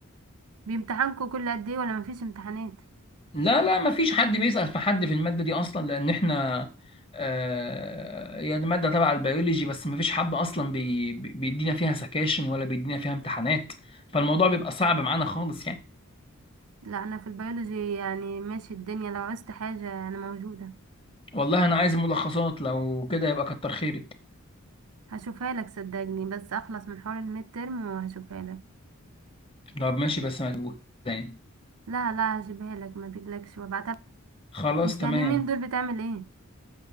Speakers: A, on the right (about 80°); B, on the left (about 25°).
A: بيمتحنكوا كل قد ايه ولا مفيش امتحانات
B: لا لا ما فيش حد بيسأل في حد في المادة دي اصلا لان احنا آه هي دي مادة تبع البيولوجي بس ما فيش حد اصلا بي بي- بيدينا فيها سكاشن ولا بيدينا فيها امتحانات فالموضوع بيبقى صعب معانا خالص يعني
A: لا انا في البيولوجي يعني ماشي الدنيا لو عوزت حاجة انا موجودة
B: والله انا عايز ملخصات لو كده يبقى كتر خيرك
A: هشوفها لك صدقني بس اخلص من حوار الميد ترم وهشوفها لك
B: طب ماشي بس ما تجيبوش يعني
A: لا لا هجيبها لك ما تقلقش وابعتها
B: خلاص
A: لك. انت
B: تمام
A: اليومين دول بتعمل ايه